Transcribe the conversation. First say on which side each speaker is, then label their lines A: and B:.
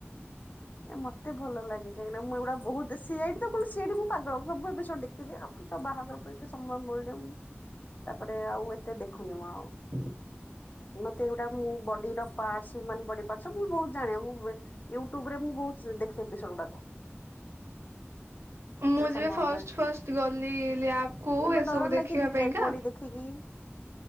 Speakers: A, on the left (about 40°); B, on the right (about 75°).
A: ମତେ ଭଲ ଲାଗୁଚି କାଇଁକିନା ମୁଁ ଏଗୁଡା ବହୁତ୍ ଶିଖ୍ ସିଆଡି ତ କୁହନ୍ତି ସିଆଡି ମୁଁ ପାଗଳ ସବୁ ଏପିଷୋଢ ଦେଖିଥିଲି ଆପ୍ ସବୁ ବାହାଘର ପରେ ଏତେ ସମୟ ମୁଳିଲେ ମୁଁ ତାପରେ ଆଉ ଏତେ ଦେଖୁନି ମୁଁ ଆଉ
B: <inaudible>
A: ମତେ ଏଗୁଡା ମୁଁ ବଡିର ପାର୍ଟସ ମାନେବଡି ପାର୍ଟସ ସବୁ ବହୁତ ଜାଣେ ମୁଁ ୟୁଟ୍ୟୁବ ରେ ମୁଁ ବହୁ ଦେଖେ ଏପିସୋଡ ଗୁଡା <inaudible> କିଛି
B: ମୁଁ
A: ସମୟପାଇଁ
B: ଯେବେ ଫାଷ୍ଟ ଫାଷ୍ଟ ଗଲି ଲ୍ୟାବକୁ
A: କେବେ
B: ଏସବୁ
A: ଡର
B: ଦେଖିବା
A: ଲାଗେନି
B: ପାଇଁକା
A: ଡେଡବଡି ଦେଖିକି